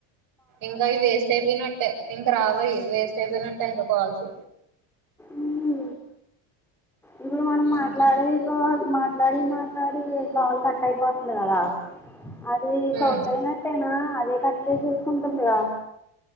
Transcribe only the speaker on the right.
ఇంకా అవి వేస్ట్ అయిపోయినట్టే. ఇంక రావయి వేస్ట్ అయిపోయినట్టే. ఇంకా కాల్స్
ఉహు
ఉమ్